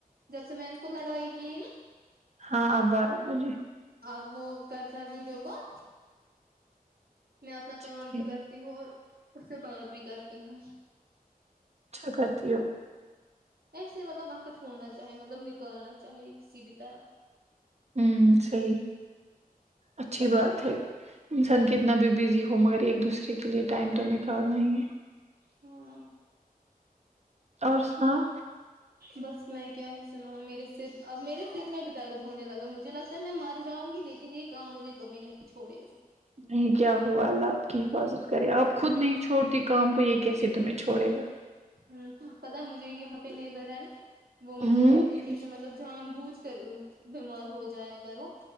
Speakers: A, on the right (about 80°); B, on the right (about 45°).
A: جب سے میں نے اس کو لڑائی کی نا
B: ہاں آپ بارہ بجے
A: اب وہ کرتا ہے ویڈیو کال میں اپنا
B: اچھا
A: کام
B: ٹھیک،
A: بھی کرتی ہوں اور اس سے بات بھی کرتی ہوں
B: اچھا کرتی ہو
A: ایسے مطلب وقت ہونا چاہے مطلب نکالنا چاہیے کسی بھی طرح
B: ہوں صحیح اچھی بات ہے انسان کتنا بھی بزی ہو مگر ایک دوسرے کے لیے ٹائم تو نکالنا ہی ہے
A: ہاں
B: اور سناؤ
A: بس میں کیا ہی سناوں میرے سر اب میرے سر میں بھی درد ہونے لگا مجھے لگتا ہے میں مر جاؤں گی لیک ن یہ کام مجھے کبھی نہیں چھوڑے گا
B: نہیں کیا ہوا اللہ آپ کی حفاظت کرے آپ خود نہیں چھوڑتی کام کو یہ کیسے تمہیں چھوڑے گا
A: ہوں پتا ہے مجھے یہاں پہ نیبر ہے نا وہ مجھے
B: ہوں
A: کہتی تھی کہ مطلب جان بوجھ کر بیمار ہو جایا کرو